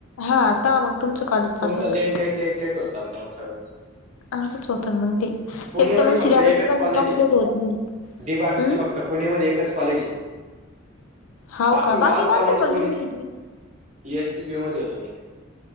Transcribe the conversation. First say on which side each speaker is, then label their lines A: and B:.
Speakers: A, on the left (about 85°); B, on the right (about 35°).
A: हा आता मग तुमचं कॉलेज चालू
B: तुमच
A: होतं
B: लेट लेट लेट लेट होत चालत मग सगळं.
A: असंच होतं मंग ते
B: पुणेमध्ये
A: एक तर मंग
B: फक्त
A: सिलेबस
B: एकच
A: पण
B: कॉलेज
A: कंप्लीट
B: आहे
A: होत नाही
B: डी बाटूचं
A: हम्म.
B: फक्त पुणेमध्ये एकच कॉलेज आहे
A: हाव
B: बाकी
A: का
B: ऑल
A: कोणत्या
B: कॉलेज Pune
A: मग university
B: S P P U मध्ये येतो मी.